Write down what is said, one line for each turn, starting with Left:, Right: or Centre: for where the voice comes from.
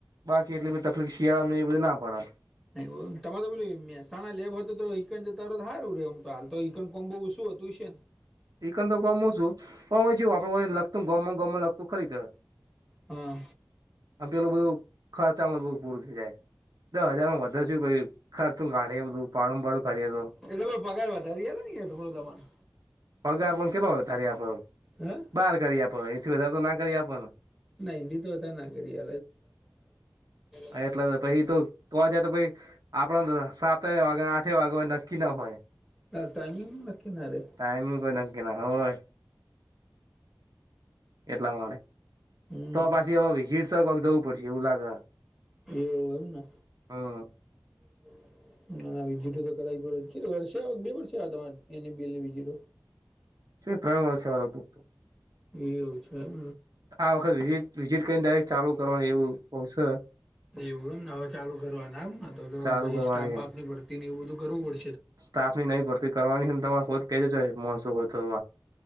Right: બાકી એટલી બધી તકલીફ શિયાળામાં એ બધી ના પડે
Centre: એ તમારે તો પેલી મેહસાણા લેબ હતો તો ઈકન જતા રો તો‌ હારુ રે એમ તો હાલ તો ઈકન કોબ બઉ ઓશુ હતું છે ને
Right: એકંદક કામ ઓશુ પણ જોવું આપડ લખતું <inaudible> લખતું ખરી કે
Centre: હમ
Right: આમ પેલું બધું ખર્ચામાં બુ પૂરું થઈ જાય દસ હજાર માં વધારે <inaudible> <inaudible>
Centre: એ તો પગાર વધારી <inaudible> થોડું તમાને
Right: પગાર પણ કેટલો વધારી આપડ
Centre: હા
Right: બહાર કરી આપો એથી વધારે તો ના કરી આપને
Centre: ના એની તો બધા ના કરી <inaudible>
Right: એટલે પહી તો જાય તો ભાઈ આપણને સાતે વાગે આઠે વાગે હોય નક્કી ન હોય.
Centre: ત ટાઈમિંગ લખી ના રહે
Right: ટાઈમિંગ કોઈ નક્કી ના હોય એટલા માટે
Centre: હમ
Right: તો આ પાછી વિઝિટસક કોક જવું પડશે એવું લાગે
Centre: એવ એમ ને
Right: હા
Centre: <inaudible>
Right: <unintelligible>
Centre: એવું છે એમ
Right: આ વખત વિઝટ વિઝિટ કરીને ડાયરેક ચાલુ કરવાનું એવું હોશે
Centre: એવું એમને હવે ચાલુ કરવાના એમ તો
Right: ચાલુ
Centre: પહી
Right: કરવાની
Centre: સ્ટાફ
Right: છે
Centre: બાપની ભરતી ને એવું બધું કરવું પડ
Right: સ્ટાફ ની નઈ ભરતી કરવાની છે ને તમારે કો કેજો <unintelligible> હોય તો